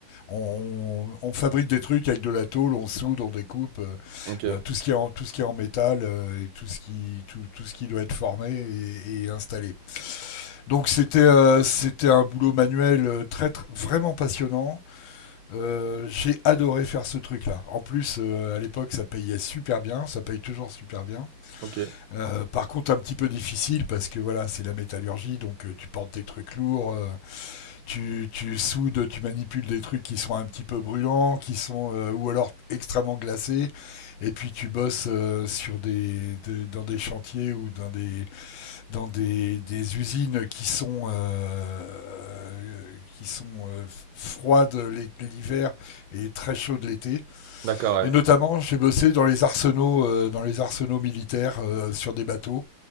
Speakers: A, on the left; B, on the right.
A: on, on, on fabrique des trucs avec de la tôle, on soude, on découpe euh,
B: Ok.
A: euh, tout ce qui est en, tout ce qui est en métal euh, et tout ce qui tout, tout ce qui doit être formé et, et installé. Donc c'était euh, c'était un boulot manuel euh, très, très- vraiment passionnant. Euh, j'ai adoré faire ce truc-là. En plus, euh, à l'époque, ça payait super bien, ça paye toujours super bien.
B: Ok.
A: Euh, par contre, un petit peu difficile parce que voilà, c'est la métallurgie, donc euh, tu portes des trucs lourds. euh, tu, tu soudes, tu manipules des trucs qui sont un petit peu brûlants, qui sont euh, ou alors extrêmement glacés, et puis tu bosses euh, sur des, de- dans des chantiers ou dans des dans des, des usines qui sont euh, euh, qui sont euh, froides l'é- l'hiver et très chaudes l'été.
B: D'accord, ouais.
A: Et notamment, j'ai bossé dans les arsenaux euh, dans les arsenaux militaires euh, sur des bateaux.